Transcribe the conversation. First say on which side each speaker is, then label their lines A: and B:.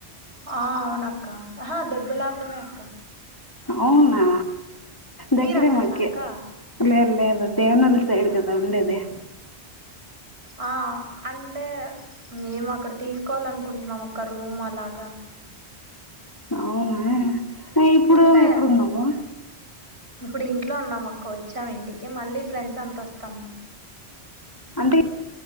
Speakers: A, on the right; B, on the left.
A: ఆ అవున అక్క ఆహే దొబ్బెళపురమే అక్క
B: అవునా దగ్గరే
A: మీరు అక్కడేనా
B: మాకి
A: అక్క
B: లే లేదు దేవనలు సైడ్ గదా ఉండేది
A: ఆ అంటే మేము అక్కడ తీసుకోవాలనుకుంటున్నాం అక్క రూమ్ అలాగా
B: అవునా ఇప్పుడు
A: ఉంటాయి
B: ఎక్కడున్నావు
A: అక్ ఇప్పుడు ఇంట్లో ఉన్నాము అక్క వచ్చా ఇంటికి మళ్ళీ ఫ్రెండ్స్ అంత వస్తాము
B: అంటే